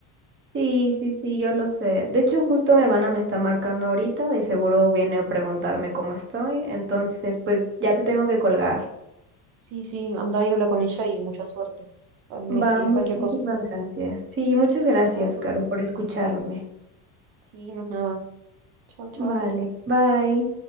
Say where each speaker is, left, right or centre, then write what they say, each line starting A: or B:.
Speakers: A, on the right; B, on the right.
A: Sí, sí, sí, yo lo sé. De hecho, justo mi hermana me está marcando ahorita, de seguro viene a preguntarme cómo estoy, entonces pues ya te tengo que colgar.
B: Sí, sí, anda y habla con ella y mucha suerte. Ah, Me
A: Va,
B: escribís
A: muchísimas
B: cualquier cosa.
A: gracias. Sí, muchas gracias,
B: Chao.
A: Caro, por escucharme.
B: Sí, no es nada. Chao, chao.
A: Vale, bye.